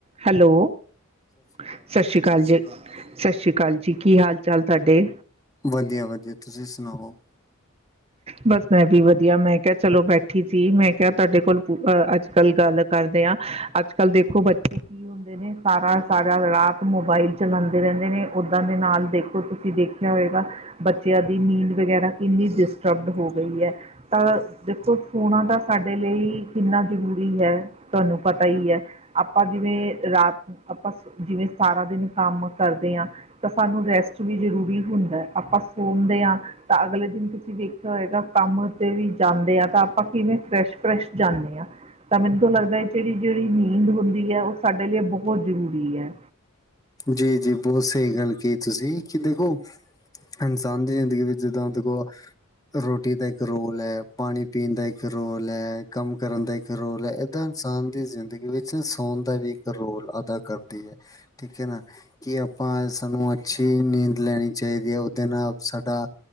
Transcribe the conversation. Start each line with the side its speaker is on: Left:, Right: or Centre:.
Right: Hello. ਸਤਿ ਸ੍ਰੀ ਅਕਾਲ ਜੀ। ਸਤਿ ਸ਼੍ਰੀ ਅਕਾਲ ਜੀ। ਕੀ ਹਾਲ ਚਾਲ ਤੁਹਾਡੇ?
Left: ਵਧੀਆ- ਵਧੀਆ, ਤੁਸੀਂ ਸੁਣਾਓ।
Right: ਬਸ ਮੈਂ ਵੀ ਵਧੀਆ। ਮੈਂ ਕਿਹਾ ਚਲੋ ਬੈਠੀ ਸੀ। ਮੈਂ ਕਿਹਾ ਤੁਹਾਡੇ ਕੋਲ ਅੱਜ ਕੱਲ ਗੱਲ ਕਰਦੇ ਹਾਂ‌‌। ਅੱਜ ਕੱਲ ਦੇਖੋ ਬੱਚੇ ਕੀ ਹੁੰਦੇ ਨੇ, ਸਾਰਾ ਸਾਰਾ ਰਾਤ ਮੋਬਾਈਲ ਚਲਾਉਂਦੇ ਰਹਿੰਦੇ ਨੇ, ਓਦਾਂ ਦੇ ਨਾਲ ਦੇਖੋ ਤੁਸੀਂ ਦੇਖਿਆ ਹੋਏਗਾ। ਬੱਚਿਆਂ ਦੀ ਨੀਂਦ ਵਗੈਰਾ ਕਿੰਨੀ ਡਿਸਟਰਬਡ ਹੋ ਗਈ ਹੈ। ਆ ਦੇਖੋ ਸੋਣਾ ਤਾਂ ਸਾਡੇ ਲਈ ਕਿੰਨਾ ਜ਼ਰੂਰੀ ਹੈ। ਤੁਹਾਨੂੰ ਪਤਾ ਹੀ ਹੈ। ਆਪਾਂ ਜਿਵੇਂ ਰਾਤ ਆਪਾਂ ਜਿਵੇਂ, ਸਾਰਾ ਦਿਨ ਕੰਮ ਕਰਦੇ ਆ। ਤਾਂ ਸਾਨੂੰ ਰੈਸਟ ਵੀ ਜ਼ਰੂਰੀ ਹੁੰਦਾ ਹੈ। ਆਪਾਂ ਸੋਦੇ ਹਾਂ। ਤਾਂ ਅਗਲੇ ਦਿਨ ਤੁਸੀਂ ਵਖ ਦੇਖਿਆ ਹੋਏਗਾ‌ ਕੰਮ ਤੇ ਵੀ ਜਾਂਦੇ ਆਪਾਂ ਕਿਵੇਂ ਫਰੈਸ਼- ਫਰੈਸ਼ ਜਾਂਦੇ ਆ। ਤਾਂ ਮੈਨੂੰ ਤਾ ਲੱਗਦਾ ਹੈ। ਜਿਹੜੀ-ਜਿਹੜੀ ਨੀਂਦ ਹੁੰਦੀ ਹੈ। ਉਹ ਸਾਡੇ ਲਈ ਬਹੁਤ ਜ਼ਰੂਰੀ ਐ।
Left: ਜੀ ਜੀ। ਬਹੁਤ ਸਹੀ ਗੱਲ ਕੀ ਤੁਸੀਂ, ਕਿ ਦੇਖੋ ਇਨਸਾਨ ਦੀ <unintelligible> ਜਿੱਦਾਂ ਦੇਖੋ ਰੋਟੀ ਦਾ ਇੱਕ ਰੋਲ ਹੈ। ਪਾਣੀ ਪੀਣ ਦਾ ਇੱਕ ਰੋਲ ਹੈ। ਕੰਮ ਕਰਨ ਦਾ ਇੱਕ ਰੋਲ ਹੈ। ਇਨਸਾਨ ਦੀ ਜ਼ਿੰਦਗੀ ਵਿੱਚ ਸੌਣ ਦਾ ਵੀ ਇੱਕ ਰੋਲ ਅਦਾ ਕਰਦੀ ਹੈ। ਠੀਕ ਹੈਨਾ, ਕਿ ਆਪਾਂ ਸਾਨੂੰ ਅੱਛੀ ਨੀਂਦ ਲੈਣੀ ਚਾਹੀਦੀ ਹੈ। ਉਹਦੇ ਨਾਲ ਸਾਡਾ